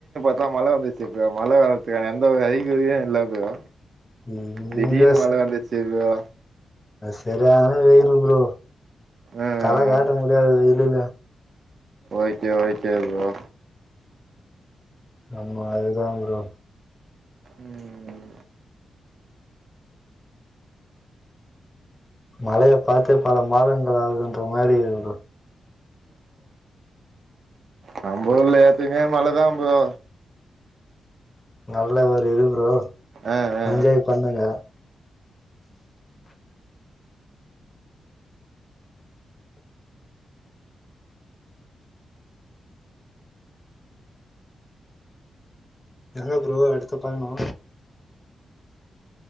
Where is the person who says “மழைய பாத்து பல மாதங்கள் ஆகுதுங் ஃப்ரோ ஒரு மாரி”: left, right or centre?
Left